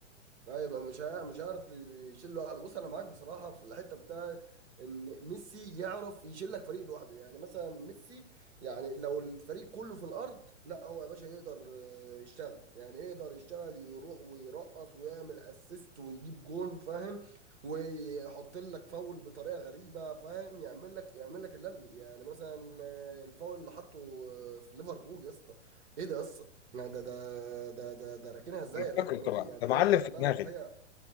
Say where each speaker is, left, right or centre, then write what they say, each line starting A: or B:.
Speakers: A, on the right; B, on the left.
A: لا يبقى مش هي- مش هيعرف يشيل لوحده بص انا معاك بصراحه في الحته بتاع ان ميسي يعرف يشيل لك فريق لوحده يعني مثلا ميسي يعني لو الفريق كله في الارض لا هو يا باشا يقدر آه، يشتغل يعني يقدر يشتغل يروح ويرقص ويعمل اسيست ويجيب جون فاهم ويحط لك فاول بطريقه غريبه فاهم يعمل لك يعمل لك اللي يعني مثلا آه، الفاول اللي حطه آه، في ليفربول يا اسطى ايه ده يا اسطى لا ده ده ده ده ده راكنها ازاي
B: أنا
A: الركنه
B: فاكره طبعا
A: دي يعني
B: ده
A: حاجه
B: معلم في
A: لا
B: دماغي
A: لا حاجه